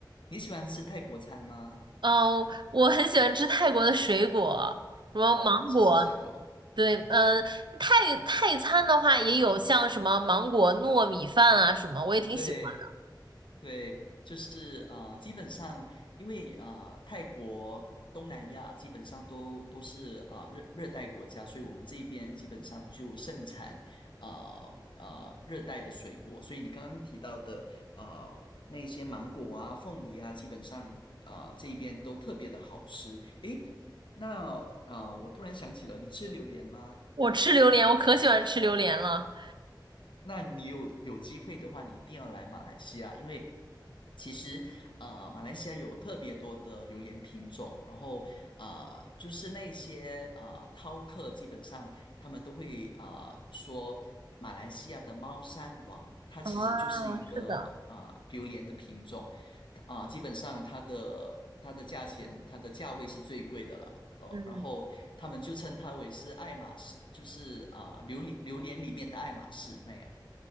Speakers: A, on the left (about 80°); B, on the right (about 70°).
A: 你喜欢吃泰国餐吗？
B: 哦，我很喜欢吃泰国的水果，什么芒果，
A: 哦，只吃水果。
B: 对，嗯，泰泰餐的话也有像什么芒果糯米饭啊什么，我也挺喜欢的。
A: 对。对，就是啊、呃基本上因为啊、呃泰国、东南亚基本上都都是啊、呃热热带国家，所以我们这边基本上就盛产啊啊、呃呃热带的水果。所以你刚刚提到的呃那一些芒果啊、凤梨啊，基本上啊、呃这一边都特别的好吃。诶，那啊、呃我突然想起了，你吃榴莲吗？
B: 我吃榴莲，我可喜欢吃榴莲了。
A: 那你有有机会的话，你一定要来马来西亚，因为其实呃，马来西亚有特别多的榴莲品种，然后呃，就是那些呃饕客，基本上他们都会啊说马来西亚的猫山王，它其实就是一个啊榴莲的品种，
B: 哦，是的，
A: 啊、基本上它的它的价钱，它的价位是最贵的了。哦然后他们就称它为是爱马仕，
B: 嗯，
A: 就是啊、榴莲榴莲里面的爱马仕那样。